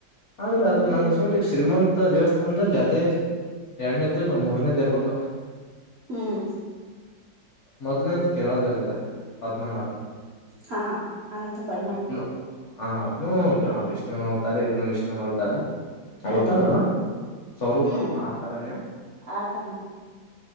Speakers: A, on the left; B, on the right.
A: ಆದ್ರೆ ಅದು
B: ಹ್ಮ್
A: ನನ್ ಅನಿಸ್ಮಟ್ಟಿಗೆ ಶ್ರೀಮಂತ ದೇವಸ್ಥಾನದಲ್ಲಿ ಅದೇ ಎರಡನೇದು ಇಲ್ಲ ಮೂರ್ನೇದು ಇರ್ಬೇಕು
B: ಹ್ಮ್.
A: ಮೊದಲನೇದು ಕೇರಳದಲ್ಲಿದೆ ಪದ್ಮನಾಭ
B: ಹಾ ಅನಂತ ಪದ್ಮನಾಭ
A: ಅದ್ನು ಹ ಅದು ಅದಿಷ್ ಅವತಾರೆ ಇದನ್ನು ವಿಷ್ಣುನ ಅವತಾರ ಅವತಾರ್
B: ಹ್ಮ್
A: ಏನ್ ಸ್ವರೂಪ
B: ಹ್ಮ್
A: ಆತರನೇ
B: ಆತರ